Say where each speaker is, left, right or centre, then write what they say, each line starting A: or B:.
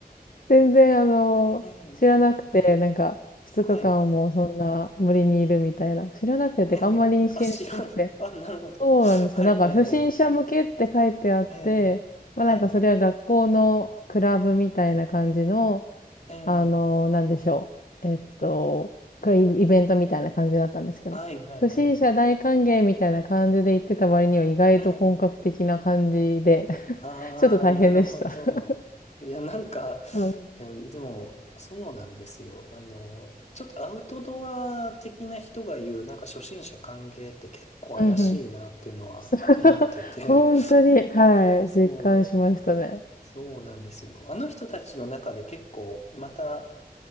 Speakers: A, on the left; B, on the left.
A: 全然、あの、
B: ええ、
A: 知らなくて、なんか、2日間もそんな森にいるみたいな。
B: はい。
A: 知らなくて、てかあんまり認識してなくて。
B: ええ、あ、知らん。あ、なるほど。
A: そうなんですよ。
B: はい、
A: なんか、
B: はい、
A: 初心者向けって書いてあって、
B: はい。ええ、はい。
A: まあなんか、それは学校のクラブみたいな感じの、
B: ええ、
A: あの、なんでしょう。えっと、クイイベントみたいな感じだったんですけど。
B: はい、はい、
A: 初心者大歓迎みたいな感じで行ってた割には意外と本格的な感じで、
B: はい。ええ、
A: <laughs>
B: ああ、
A: ちょっと大変でした。
B: なるほど。
A: <laughs>
B: いや、なんか、
A: うん。
B: いや、でも、そうなんですよ。あの、ちょっとアウトドア的な人が言う、なんか初心者歓迎って結構怪しいなっていうのは思ってて、
A: うんうんそう、<laughs> 本当に、はい、
B: そう、
A: 実感しましたね。
B: そうなんですよ。あの人たちの中で結構、また、